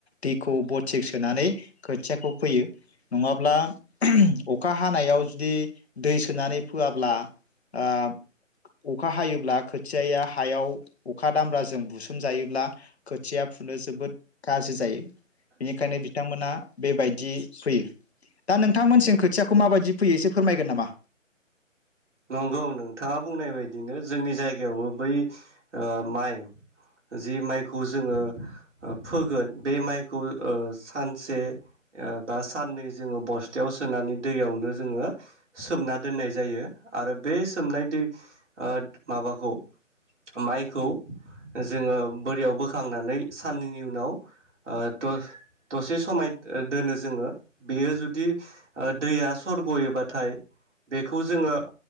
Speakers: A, on the left; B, on the right.
A: दैखौ बथिक सोनानै खोथियाखौ फोयो नंङाब्ला अखा हानायाव जुदि दै सोनानै फोआब्ला ओ अखा हायोब्ला खोथियाया हायाव अखा दामब्राजों बुसोमजायोब्ला खोथिया फुनो जोबोद गाज्रि जायो। बेनिखायनो बिथांमोना बे बायदि फैयो दा नोंथांमोनसि खोथियाखौ माबायदि फैयो एसे फोरमायगोन नामा
B: नंगौ नोंथांङा बुंनाय बायदिनो जोंनि जायगायावबो बै ओ माइ जि माइखौ जोङो ओ फोगोन बे माइखौ ओ सानसे ओ बा साननै जोङो बस्थायाव सोनानै दैयावनो जोङो सोमना दोननाय जायो। आरो बे सोमनाय दै ओ माबाखौ माइखौ जोङो बोरियाव बोखांनानै साननैनि उनाव ओ दस दसे समाय दोनो जोङो बेयो जुदि ओ दैया सरग'योबाथाय बेखौ जोङो ओ